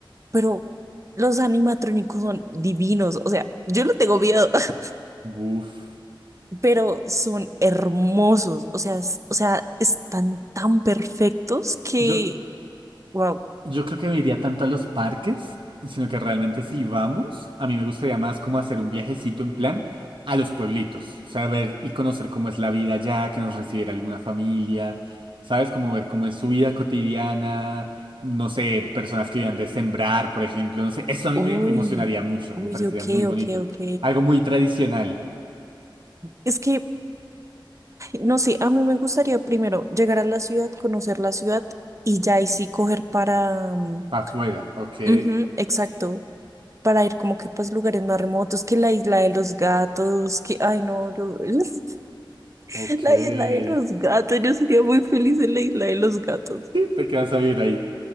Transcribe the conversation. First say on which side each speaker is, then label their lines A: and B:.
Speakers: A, on the right; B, on the right.
A: pero los animatrónicos son divinos, o sea, yo lo tengo miedo, <laughs>
B: Uf.
A: pero son hermosos, o sea, es- o sea, están tan perfectos que...
B: Yo,
A: Wow.
B: Yo creo que no iría tanto a los parques, sino que realmente si vamos, a mí me gustaría más como hacer un viajecito en plan a los pueblitos, o sea, ver y conocer cómo es la vida allá, que nos recibiera alguna familia, ¿sabes? Como ver cómo es su vida cotidiana, no sé, personas que vivan de sembrar, por ejemplo, no sé, eso a mí
A: Uy,
B: me, me emocionaría mucho,
A: uy,
B: me parecería
A: ok,
B: muy bonito,
A: ok, ok.
B: algo muy tradicional.
A: Es que, no sé, a mí me gustaría primero llegar a la ciudad, conocer la ciudad y ya ahí sí coger para... mm,
B: Para afuera, ok,
A: ujú, exacto, para ir como que pues lugares más remotos, que la isla de los gatos, que, ay no, yo- <laughs>
B: ok.
A: la
B: <laughs>
A: isla de los gatos, yo sería muy feliz en la isla de los gatos.
B: Te quedas a vivir ahí.